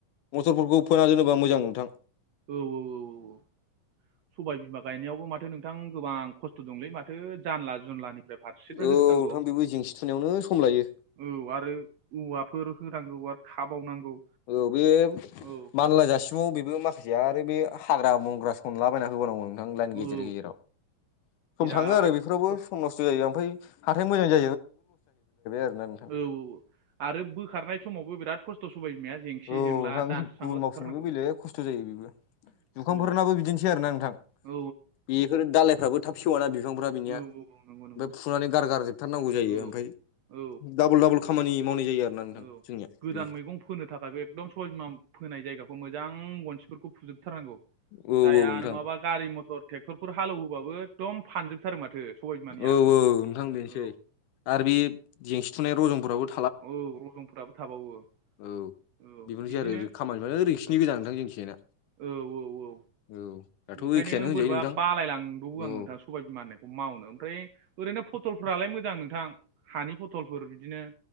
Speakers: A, on the left; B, on the right.
A: मथरफोरखौ <unintelligible> मोजां नोंथां
B: औ औ औ औ। सबाय बिमा गायनायावबो माथो नोंथां गोबां खस्थ' दंलै माथो जानला जुनलानिफ्राय फारसेनिफ्राय
A: औ
B: होजोबनांगौ
A: नोंथां बेबो जेंसि थुनायावनो सम लायो।
B: औ आरो औवाफोर होनांगौ आरो खाबावनांगौ।
A: औ बे
B: औ
A: मानला जासि <unintelligible> बेबो माखासेया आरो बे हाग्रा बंग्रा सनला बायना होबावनांगौ नोंथां लाइन
B: औ
A: गेजेर गेजेराव। सम
B: बिराद
A: थाङो आरो बेफोरावबो
B: खस्थ' औ
A: सम नस्थ' जायो ओमफाय हाथाय मोजां <unintelligible> आरोना <unintelligible>
B: औ औ आरो बोखारनाय समावबो बेराद खस्थ' साबाय बिमाया। जेंसि
A: औ
B: जेंला
A: नोंथां
B: दानस्रांला
A: गुबुन
B: जोबथारनांगौ
A: मावफिननोबो बेलेग खस्थ' जायो बेबो। जुखामफोरनाबो
B: औ
A: बिदिनोसै आरोना नोंथां
B: औ
A: बे बेफोर दालायफ्राबो थाब सेवाना बिफांफ्रा बिनिया
B: औ औ नंगौ नंगौ
A: ओमफाय फुनानै गारगारजोब थारनांगौ जायो
B: औ
A: ओमफाय
B: औ
A: दाबल दाबल खामानि मावनाय जायो आरोना नोंथां
B: औ
A: जोंनिया
B: गोदान
A: बेनो।
B: मैगं फोनो थाखायबो एकदम सबायबिमा फोनाय जायगाखौ मोजां गनसिफोरखौ फुजोबथारनांगौ।
A: औ
B: जाया
A: औ नोंथां
B: नङाबा गारि मथर ट्रेक्टरफोर हालौवहोबाबो एकदम फानजोबथारो माथो। सबाय बिमानिया
A: औ औ नोंथां बेनोसै
B: औ
A: आरो बे जेंसि थुनाय रजनफोराबो
B: औ रजंफोराबो थाबावो।
A: औ
B: औ
A: बेबोनोसै
B: बिदिनो
A: <unintelligible> खामानिफ्रानो <unintelligible> नोंथां
B: औ
A: जोंनिथिजायना।
B: औ औ औ।
A: औ। दाथ'
B: ओंखायनो
A: एखेयानो होनजायो
B: बोरैबा
A: नोंथां
B: बालायलांबावो
A: औ
B: आं <unintelligible> सबाय बिमान होनखौ मावनो ओमफ्राय ओरैनो फटलफ्रालाय मोजां नोंथां। हानि फथलफोर बिदिनो